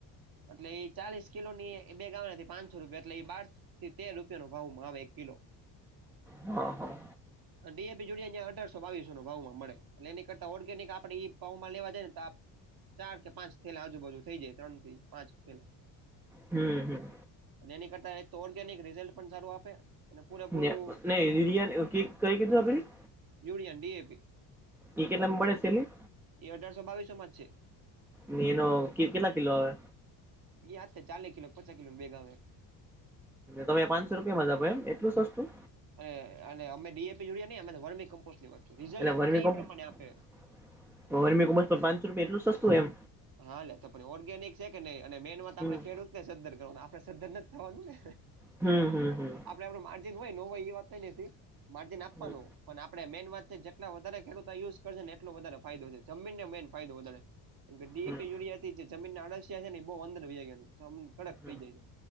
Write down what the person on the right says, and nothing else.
એટલે એ ચાલીસ કિલો ની એ બેગ આવના થી પાંચસો રૂપિયા એટલે એ બાર થી તેર રૂપિયા નો ભાવ માં આવે કિલો
ડીએપી જોડ અં અઢારસો બીસો ભાવમાં મળે એની કરતા ઓડ કે કે આપડે એ પાઉ માં લેવા જાય ને તો આપ ચાર કે પાંચ થયેલા આજુબાજુ થઈ જાય ત્રણ થી પાંચ થેલા
એની કરતા તો ઓર્ગેનિક રિઝલ્ટ પણ સારું આપે. અને પૂરેપૂરું
યુરિયા ડીએપી
એ અઢારસો બાવીસો માં જ છે.
યા ચાલે કિલો પચાસ કિલો ભેંગા આવેે
અને અને અમે ડીએપી યુરીયા નઈ અ વર્મી કમ્પોસ્ટ ની વાત છું. રિઝલ્ટ
આપણને
એ પ્રમાણે આપે
હા લે તો પણ ઓર્ગેનિક છે કે નહી અને મેન વાત આપણે
ખેડૂત સદ્ધર કરવાનું આપડે સદ્ધર નથી થવાનું ને
આપડે આપડું માર્જિન હોય એ વાત નઈ માર્જિન આપવાનું
પણ આપણે મેઈન વાત છે જેટલા વધારે ખેડૂતો આ યુઝ કરશે ને એટલો વધારે ફાયદો છે જમીનને મેઈન ફાયદો વધારે ડીએપી
યુરીયાથી જમીનના અળસિયા છે ને બો અંધર વયા ગયા આમ કડક
થઈ જાય છે